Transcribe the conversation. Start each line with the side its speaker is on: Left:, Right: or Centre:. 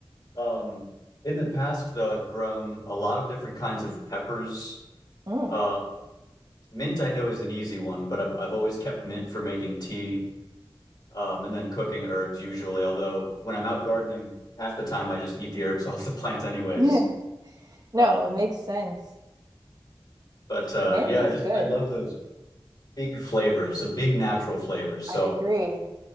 Left: Um, in the past, though, I've grown a lot of different kinds of peppers.
Right: Mm.
Left: Um, Mint I know is an easy one, but I've I've always kept mint for making tea, um, and then cooking herbs usually. Although when I'm out gardening, half the time I just eat the herbs <laughs> off the plant anyways.
Right: <laughs> No,
Left: Um,
Right: it makes sense.
Left: but uh,
Right: Mint
Left: yeah,
Right: is
Left: I just
Right: good.
Left: I love those big flavors, the big natural flavors. So
Right: I agree.